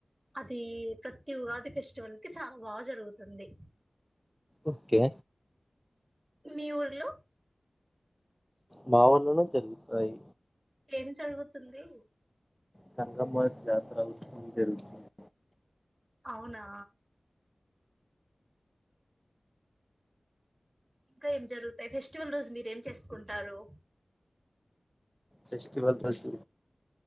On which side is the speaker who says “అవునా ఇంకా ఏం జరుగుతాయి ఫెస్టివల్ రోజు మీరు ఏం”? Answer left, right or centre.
Right